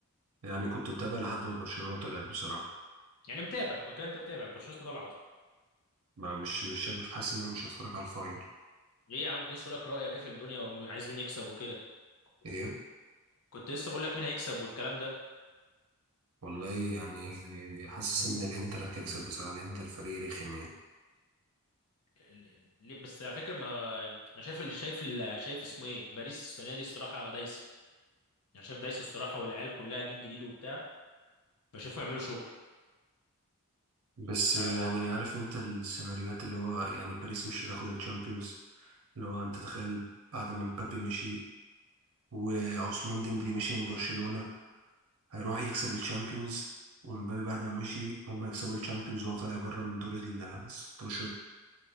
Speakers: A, on the right (about 70°); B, on the left (about 85°).
A: يعني كنت متابع لحد ما برشلونة طلعت بصراحة
B: يعني متابع ما كده انت متابع برشلونه لسه طالعه اصلا
A: ما مش مش شايف حاسس ان انا مش هتفرج على الفاينل
B: ليه يا عم كنت لسه اقول لك رايك كيف الدنيا وعايز مين يكسب وكده كنت
A: ايه
B: كنت لسه بقول لك مين هيكسب والكلام ده
A: والله يعني حاسس ان الانتر هتكسب بصراحة الانتر فريق رخم يعني
B: ال- ال- ليه بس على فكره ما انا شايف اللي شايف اللي شايف اسمه ايه باريس السنه دي الصراحه دايسه يعني شايف دايسه الصراحه والعيال كلها جيل جديد وبتاع فشايفهم يعملوا شغل
A: بس يعني
B: هكا
A: عارف انت السيناريوهات اللي هو يعني باريس مش هتاخد الشامبيونز اللي هو انت تخيل بعد ما مبابي مشي وعثمان ديمبلي مشي من برشلونة هيروح يكسب الشامبيونز ومبابي بعد ما مشي هم يكسبوا الشامبيونز وهو طالع بره من دور ال 16